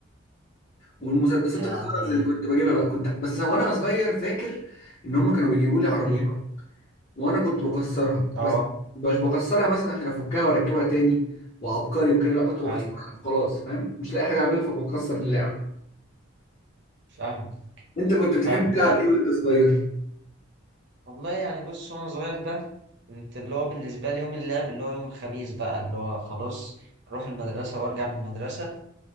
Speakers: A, on the left; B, on the right.
A: والمسدسات
B: يعني
A: الخرز اللي كنت بجيبها بقى كنت بس وانا صغير فاكر ان هما كانوا بيجيبوا لي عربيات
B: امم
A: وانا كنت بكسرها
B: اه
A: بس مش بكسرها مثلا عشان افكها واركبها تاني وعبقري وكده لا كنت بكسرها
B: ايوه
A: وخلاص فاهم مش لاقي حاجه اعملها فبكسر اللعب
B: امم فاهم
A: انت كنت بتحب
B: طب
A: تلعب ايه وانت صغير
B: والله يعني بص وانا صغير ده كنت اللي هو بالنسبة لي يوم اللعب اللي هو يوم الخميس بقى اللي هو خلاص اروح المدرسة وارجع من المدرسة